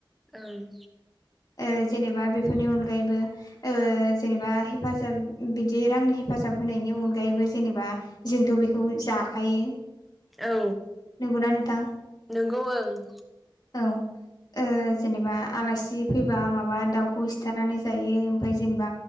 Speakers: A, in the centre; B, on the left (about 50°).
A: औं।
B: ओ जेनेबा बेफोरनि अनगायैबो ओ जेनेबा हेफाजाब बिदि रांनि हेफाजाब होनायनि अनगायैबो जेनेबा जोंथ' बेखौ जाखायो।
A: औ
B: नंगौना नोंथां
A: नंगौ ओं
B: औ। ओ जेनेबा आलासि फैबा माबा दाउखौ सिथारनानै जायो ओमफ्राय जेनेबा